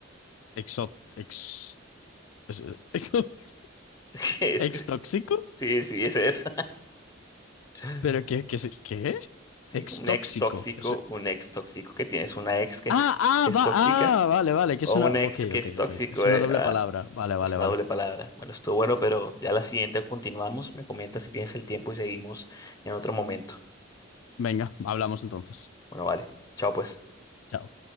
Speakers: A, on the left; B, on the left.
A: Exot. Ex. es- <laughs>
B: <laughs> es
A: ¿Ex
B: que,
A: tóxico?
B: sí, sí, es esa. <laughs>
A: ¿Pero qué, qué, se- qué?
B: Sí,
A: ¿Ex
B: un
A: tóxico?
B: ex tóxico,
A: Eso...
B: un ex tóxico que tienes una ex que
A: Ah,
B: es, que
A: ah,
B: es
A: va,
B: tóxica
A: ah, vale, vale, que
B: o
A: es una...
B: un ex
A: Ok,
B: que
A: ok,
B: es tóxico,
A: ok. Es una
B: eh,
A: doble
B: ah,
A: palabra. Vale, vale,
B: es una
A: vale.
B: doble palabra. Bueno, estuvo bueno, pero ya la siguiente continuamos. Me comentas si tienes el tiempo y seguimos en otro momento.
A: Venga, hablamos entonces.
B: Bueno, vale. Chao, pues.
A: Chao.